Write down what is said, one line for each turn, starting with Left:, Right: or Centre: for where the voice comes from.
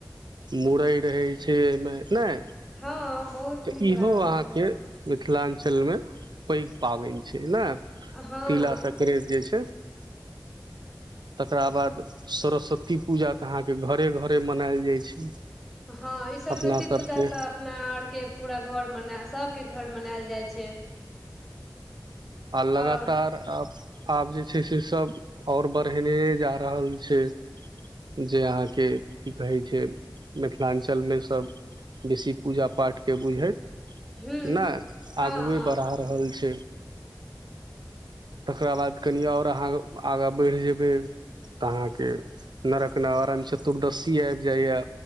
Right: मुड़ै रहै छै ओहिमे, नहि?
Centre: हँ, बहुत
Right: तऽ
Centre: नीक
Right: इहो
Centre: लागैत
Right: अहाँके
Centre: रहै छै।
Right: मिथिलाञ्चलमे पैघ पाबनि छै, ने
Centre: हँ
Right: तिला सक्त करेज जे छै <inaudible> तकरा बाद सरस्वती पूजा तऽ अहाँके घरे- घरे मनायल जाइत छै।
Centre: हँ, ई सरस्वती
Right: अपना सबके
Centre: पूजा तऽ अपना आरके पूरा घर मनाल सभके घर मनायल जाइ छै।
Right: आ लगातार
Centre: आओर
Right: आब। आब जे छै से, सब आओर बढ़ेने जा रहल छै। जे अहाँके की कहैत छै, मिथिलाञ्चलमे सभ। बेसी पूजा पाठके बुझैत
Centre: हूँ
Right: ने,
Centre: हँ
Right: आगुए
Centre: हँ
Right: बढ़ा रहल छै। तकरा बाद कनि आओर अहाँ आगाँ बढ़ि जेबै। तऽ अहाँके, नरक नवारण चतुर्दशी आबि जाइए,